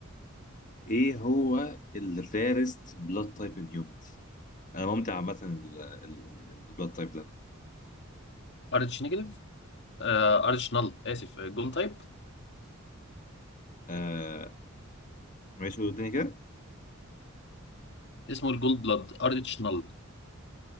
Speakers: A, on the left; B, on the left.
A: ايه هو الريرست بلاد تايب ان هيومنز انا ممتع عامه البلاد تايب ده
B: ارتش نيجاتيف آه ارتش نل اسف جول تايب
A: آه. ماشي قول تاني كده
B: اسمه الجول بلاد ارتش نل